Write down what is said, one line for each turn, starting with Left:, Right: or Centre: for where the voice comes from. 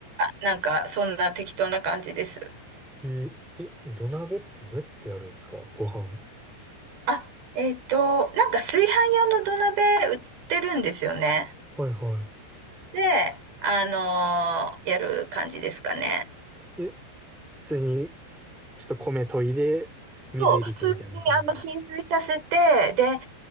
Right: なんか、そんな適当な感じです。
Centre: えーえ、土鍋ってどうやってやるんですかご飯。
Right: あ、えっと、なんか炊飯用の土鍋売ってるんですよね。
Centre: はいは
Right: で、あのーやる感じですかね。
Centre: い。え、普通に、ちょっと米研いで、水入れてみたいな感じで。
Right: そう、普通にあの浸水させて、で、例